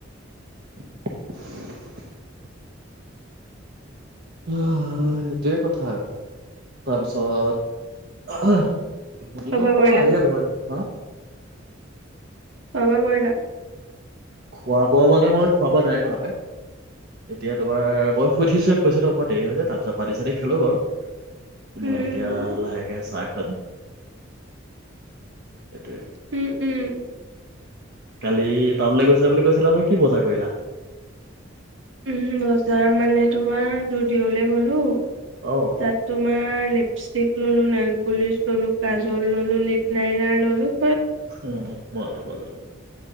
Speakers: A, on the right (about 55°); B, on the right (about 70°).
A: <inaudible> আহ সটোৱেই কথা আৰু তাৰপিছত ভূমিকম্প
B: খোৱা বোৱা কৰিলা
A: আহিলে ভয় লা হা
B: খোৱা বোৱা কৰিলা
A: খোৱা বোৱা মানে মই খোৱা বোৱা নাই কৰা পাই এতিয়া তোমাৰ মই শুই উঠিচুহে কৈছো অকণমান দেৰি হৈ যায় তাৰ পিছত পানী চানি খালো বাৰু মই
B: উম
A: এতিয়া লাহেকে চাহ এম এইটো
B: উম উম
A: কালি টাউনলে গৈছিলা বুলি কৈছিলা ন কি বজাৰ কৰিলা
B: উম বজাৰ মানে তোমাৰ যুডিঅ'লে গলো
A: অ
B: তাত তোমাৰ লিপষ্টিক ল'লু নেইলপলিচ ল'লু কাজল ল'লু লিপ লাইনাৰ ল'লু
A: অ মজা মজা